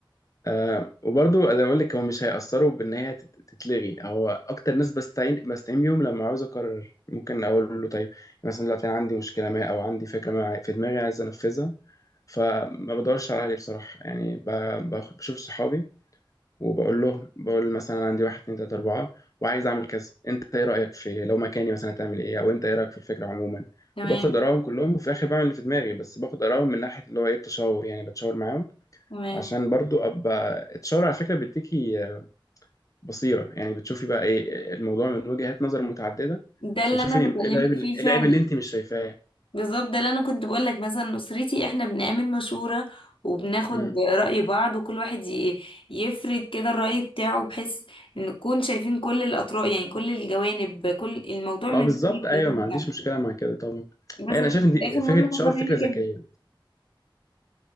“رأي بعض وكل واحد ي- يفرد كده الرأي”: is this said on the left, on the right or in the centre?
Left